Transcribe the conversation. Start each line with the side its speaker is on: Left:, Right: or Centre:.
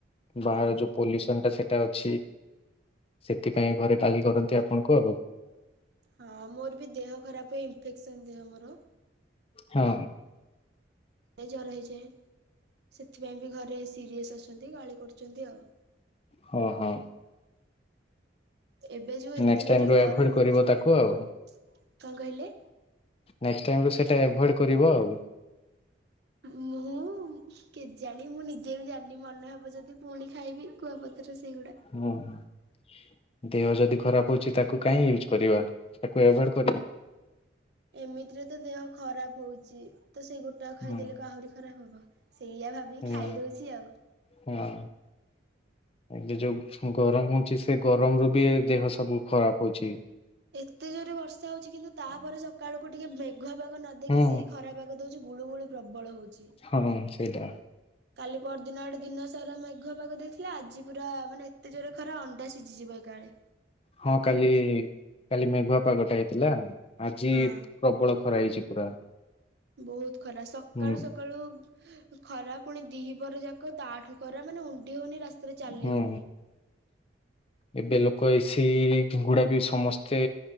Left: ବାହାର
Right: ହଁ
Left: ଯୋଉ ପଲ୍ୟୁସନ ଟା ସେଇଟା ଅଛି ସେଥିପାଇଁ ଘରେ ଗାଲି କରନ୍ତି ଆପଣଙ୍କୁ ଆଉ
Right: ହଁ ମୋର ବି ଦେହ ଖରାପ ହୁଏ, ଇନଫେକ୍ସନ ଦେହ ମୋର
Left: ହଁ।
Right: ସେ ଜର ହେଇ ଯାଏ । ସେଥିପାଇଁ ବି ଘରେ ସିରିଅସ ଅଛନ୍ତି, ଗାଳି କରୁଛନ୍ତି ଆଉ।
Left: ହଁ ହୋ।
Right: ଏବେ ଯୋଉ ଏତେ
Left: ନେକ୍ସଟ୍
Right: ଜୋରରେ
Left: ଟାଇମ୍ ରୁ
Right: ଗରମ
Left: ଆଭଏଡ୍ କରିବ
Right: ହଉଛି
Left: ତାକୁ
Right: ।
Left: ଆଉ।
Right: କଣ କହିଲେ?
Left: ନେକ୍ଷ୍ଟ ଟାଇମରୁ ସେଇଟା ଆଭଏଡ୍ କରିବ, ଆଉ।
Right: ମୁଁ କେଜାଣି ମୁଁ ନିଜେ ବି ଜାଣିନି ମନେ ହବ ଯଦି ପୁଣି ଖାଇବି କୁଆପଥର ସେଇଗୁଡା।
Left: ହୁଁ ହୁଁ। ଦେହ ଯଦି ଖରାପ ହଉଛି ତାକୁ କହିଁ ୟୁଜ କରିବା, ତାକୁଭଏଡ କରିବା
Right: ଏମିତିରେ ତ ଦେହ ଖରାପ ହଉଛି, ତ ସେଇ ଗୋଟା ଖାଇଦେଲେ
Left: ହୁଁ
Right: କ ଆହୁରି ଖରାପ ହବ ସେଇଆ ଭାବି
Left: ହଁ
Right: ଖାଇଦଉଛି ଆଉ
Left: ହଁ ଏବେ ଯୋଉ ଗରମ ହଉଛି, ସେ ଗରମ ରୁ ବି ଦେହ ସବୁ ଖରାପ ହଉଛି ।
Right: ଏତେ ଜୋରେ ବର୍ଷା ହଉଛି କିନ୍ତୁ ତାପରେ ସକାଳକୁୁ ଟିକେ ମେ ଘୁଆ ପାଗ ନଦେଇକି
Left: ହୁଁ
Right: ସେଇ ଖରା ପାଗ ଦଉଛି ଗୁଳୁ ଗୁଳୁ ପ୍ରବଳ ହଉଛି।
Left: ହଁ ସେଇଟା
Right: କାଲି ପରଦିନ ଗଟେ ଦିନ ସାରା ମେଘ ପାାଗ ଦେଇଥିଲା ଆଜି ପୁରା ମାନେ ଏତେ ଜୋରେ ଖରା ଅଣ୍ଡା ସିଝିଯିବ। ତାଳେ
Left: ହଁ କାଲି କାଲି ମେଘୁଆ ପାଗଟା ହେଇଥିଲା ଆଜି
Right: ହଁ
Left: ପ୍ରବଳ ଖରା ହେଇଛି ପୁରା।
Right: ବହୁତ ଖରା ସକାଳୁ
Left: ହୁଁ
Right: ସକାଳୁ ଖରା ପୁଣି ଦିହି ପର ଯାକ ତାଠୁ ଖରା ମାନେ ଉଣ୍ଡି ହଉନି ରାସ୍ତାରେ ଚାଲି
Left: ହୁଁ
Right: ହଉନି।
Left: ଏବେ ଲୋକ ଏସି ଗୁଡା ବି ସମସ୍ତେ